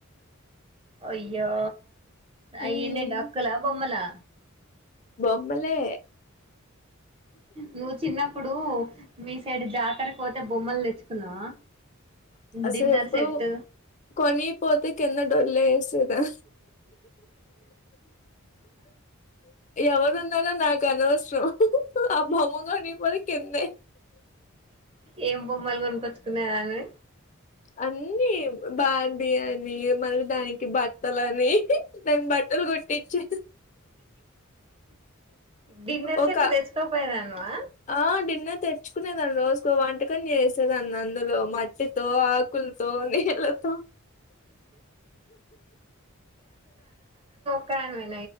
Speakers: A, on the right; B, on the left.
A: అయ్యో అయ్యన్నీ
B: మ్మ్
A: డక్కులా బొమ్మలా
B: బొమ్మలే
A: నువ్వు చిన్నప్పుడు మీ సైడ్ జాతరకు పోతే బొమ్మలు తెచ్చుకున్నావా
B: అసలు
A: డిన్నర్
B: ఎప్పుడు
A: సెట్
B: కొని పోతే కింద డొల్లే వేసేదా ఎవరున్నారో నాకు అనవస్ స భమంగనిపోరి కన్న
A: ఏం బొమ్మలు కొనుకొచ్చుకున్నా అని
B: అన్నీ బా టి అని మరియు దానికి బట్టల అని దానికి బట్టలు కుట్టించి
A: డిన్నర్
B: ఒక
A: సెట్ తెచ్చుకోపోయేదానివా
B: ఆ డిన్నర్ తెచ్చుకునేదాన్ని రోజుకో వంటకం చేస్త దన్ని అందులో మట్టితో ఆకులతో నీళ్లతో
A: క